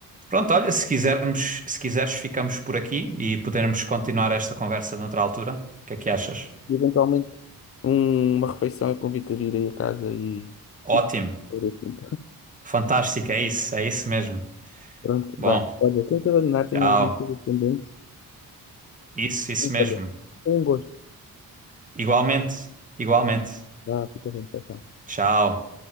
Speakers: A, on the right; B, on the left.
A: pronto, olha, se quisermos, se quiseres, ficamos por aqui e podermos continuar esta conversa noutra altura. O que é que achas?
B: E eventualmente um- uma refeição eu convido a vir aí a casa e.
A: Ótimo.
B: e fazer assim.
A: Fantástico, é isso, é isso mesmo.
B: Pronto,
A: Bom,
B: vá. Olha, tento abandonar,
A: tchau.
B: tenho algumas coisas pendentes.
A: Isso, isso
B: Mas
A: mesmo.
B: olha, tem um gosto.
A: Igualmente, igualmente.
B: Vá, fica bem, tchau, tchau.
A: Tchau.